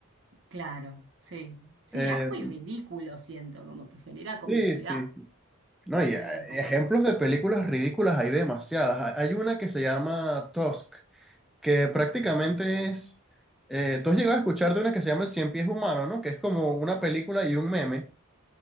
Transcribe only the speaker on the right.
Claro, sí. Sí,
asco y ridículo siento, como que genera
comicidad.
Hay un poco
de...